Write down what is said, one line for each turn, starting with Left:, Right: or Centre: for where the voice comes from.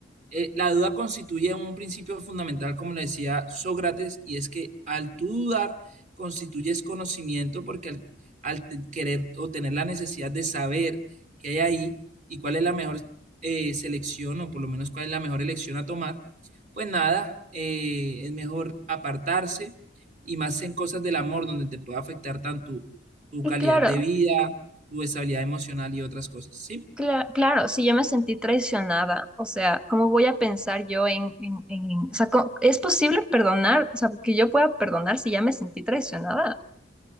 Right: eh, la duda constituye un principio fundamental, como le decía Sócrates, y es que al tú dudar, constituyes conocimiento, porque al, al te- querer o tener la necesidad de saber qué hay ahí y cuál es la mejor eh, selección, o por lo menos cuál es la mejor elección a tomar, pues nada, eh, es mejor apartarse y más en cosas del amor, donde te puede afectar tanto tu
Centre: Y
Right: calidad
Centre: claro.
Right: de vida, tu estabilidad emocional y otras cosas, ¿sí?
Centre: Cla- claro, sí, yo me sentí traicionada, o sea, ¿cómo voy a pensar yo en, en, en- o sea, co- ¿es posible perdonar? O sea, que yo pueda perdonar si ya me sentí traicionada.